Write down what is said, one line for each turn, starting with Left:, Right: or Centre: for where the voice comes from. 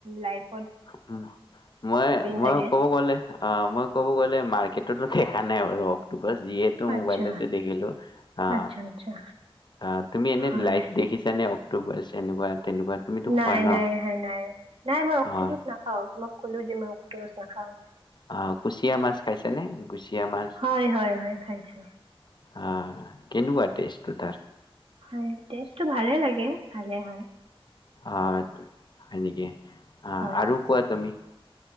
Right: লাইফ
Left: উ মই মই
Right: চাগে
Left: ক'ব গ'লে অ মই ক'ব গ'লে মাৰ্কেটতো দেখা নাই বাৰ অ যিহেতু
Right: আচ্ছা,
Left: মোবাইলেতে দেখিলো আহ
Right: আচ্ছা, আচ্ছা,
Left: অ তুমি এনে
Right: হয়।
Left: লাইফ দেখিছানে অক্টোপাছ এনেকুৱা তেনেকুৱা তুমিতো
Right: নাই
Left: খোৱা ন
Right: নাই হাই নাই নাই মই অক্টোপাছ
Left: হয়
Right: নাখাও তোমাক কলো যে মই অক্টোপাছ নখাওঁ
Left: আহ কুচিয়া মাছ খাইছানে কুচিয়া মাছ
Right: হয়, হয়, হয়, খাইছো।
Left: অ' কেনেকুৱা টেষ্টটো তাৰ?
Right: হয় টেষ্ট টো ভালে লাগে, ভালে হয়।
Left: অ' হয় নেকি? অ'
Right: হয়,
Left: আৰু কোৱা তুমি।